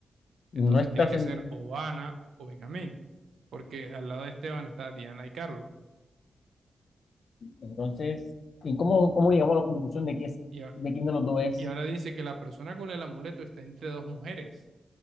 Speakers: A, on the left (about 65°); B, on the right (about 80°).
A: No
B: Entonces
A: está
B: tiene
A: sentada.
B: que ser o Ana o Benjamín, porque al lado de Esteban está Diana y Carlos.
A: Entonces, ¿y cómo, cómo llegamos a la conclusión de que es,
B: Y, a-
A: de quién de los dos es?
B: y ahora dice que la persona con el amuleto está entre dos mujeres.